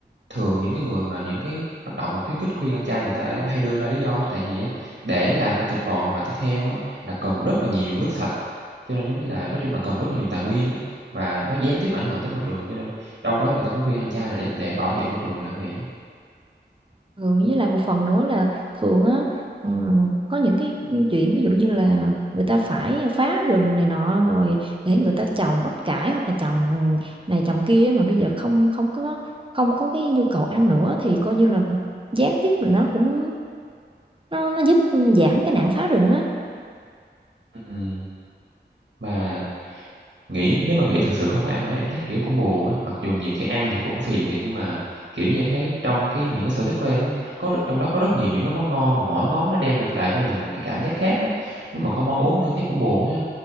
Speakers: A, on the right; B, on the right.
A: thường những cái người mà những cái hoạt động mà khuyến khích khuyên ăn chay người ta hay đưa ra lý do á, tại vì á, để làm ra thịt bò hoặc là thịt heo á, là cần rất là nhiều nước sạch, cho nên giống như là nói chung là cần rất là nhiều tài nguyên á, và nó gián tiếp ảnh hưởng tới môi trường, cho nên đâu đó người ta cũng khuyên ăn chay là để để bảo vệ môi trường là như vậy á.
B: Ừ, với lại một phần nữa là thường á, ừm, có những cái chuyện ví dụ như là người ta phải phá rừng này nọ rồi để người ta trồng bắp cải hoặc là trồng này trồng kia mà bây giờ không không có không có cái nhu cầu ăn nữa thì coi như là gián tiếp là nó cũng nó nó giúp giảm cái nạn phá rừng á.
A: Ừm, mà nghĩ nếu mà nghĩ thật sự không có ăn nữa em thấy, kiểu, cũng buồn á, mặc dù nhiều khi ăn thì cũng phiền thiệt nhưng mà, kiểu như, em thấy trong cái những cái sở thích của em á, có rất trong đó có rất nhiều những cái món ngon mà mỗi ngón nó đem lại lại cho mình một cái cảm giác khác á, nếu mà không ăn uống nữa thấy cũng buồn ha.